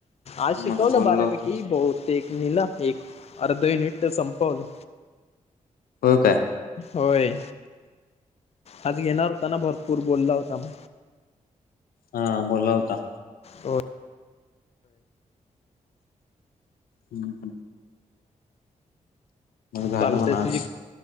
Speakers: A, on the left (about 45°); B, on the left (about 90°).
A: आज शिकवलं
B: मग बोललो
A: बारापैकी
B: होता
A: बहुते ना एक अर्ध मिनिट संप कल
B: हो काय
A: होय आज घेणार होता ना भरपूर बोलला होता म
B: हा बोला होता
A: हो
B: हम्म ह झालं
A: चालतय
B: म्हणा
A: तुझी
B: आज